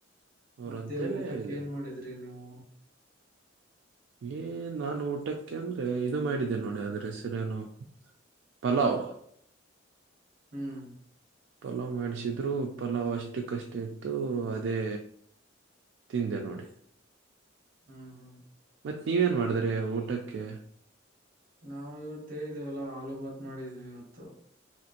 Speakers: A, on the right (about 65°); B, on the right (about 45°).
A: ಅವ್ರಂತೆಲೆ
B: ಮತ್ತೆ ಊಟಕ್ಕೆ
A: ಇದೆ
B: ಏನ್ ಮಾಡಿದ್ರಿ ನೀವು
A: ಏ ನಾನು ಊಟಕ್ಕೆ ಅಂದ್ರೆ ಇದು ಮಾಡಿದ್ದೇನೆ ನೋಡಿ ಆದ್ರೆಸರೇನು ಪಲಾವ
B: ಹ್ಮ್
A: ಪಲಾವ್ ಮಾಡಿಸಿದ್ರು ಪಲಾವ್ ಅಷ್ಟಕ್ಕಷ್ಟ ಇತ್ತು ಅದೇ ತಿಂದೆ ನೋಡಿ
B: ಹ್ಮ್ ಹ್ಮ್
A: ಮತ್ತ್ ನೀವೇನ್ ಮಾಡಿದ್ರಿ ಊಟಕ್ಕೆ
B: ನಾವವು ಇವತ್ತು ಹೇಳಿದೀವಲ್ಲಾ ಆಲೂ ಬತ್ ಮಾಡಿದೀವಿ ಇವತ್ತು